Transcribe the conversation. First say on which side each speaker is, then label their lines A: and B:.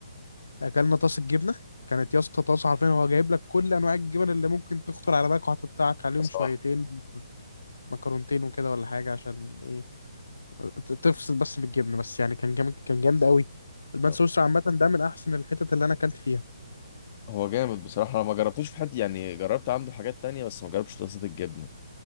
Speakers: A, on the left; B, on the left.
A: اكلنا طاسه جبنه كانت يا اسطى طاسه حرفيا هو جايب لك كل انواع الجبن اللي ممكن تخطر على بالك وهتقطعك عليهم
B: صباح
A: شويتين مكرونتين وكده ولا حاجه عشان ايه ت- تفصل بس من الجبنه بس يعني كان جامد كان جامد قوي البان
B: يلا.
A: سويسرا عامه ده من احسن الحتت اللي انا اكلت فيها
B: هو جامد بصراحة أنا ما جربتوش في حتة يعني جربت عنده حاجات تانية بس ما جربتش اتصاد الجبنة